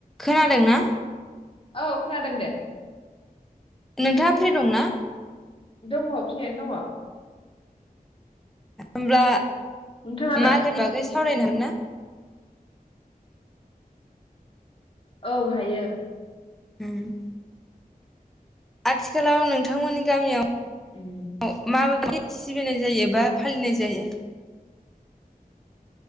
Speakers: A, in the centre; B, on the left.
A: खोनादों ना
B: औ खोनादों दे
A: नोंथाङा फ्रि दं ना
B: दङ फ्रियानो दङ
A: ओमब्ला
B: नोंथाङालाय
A: मागोनि बागै एस सावरायनो हागन ना
B: औ हायो
A: हम आथिखालाव नोंथांमोननि गामियाव अ
B: उम
A: मा बाबदि सिबिनाय जायो बा फालिनाय जायो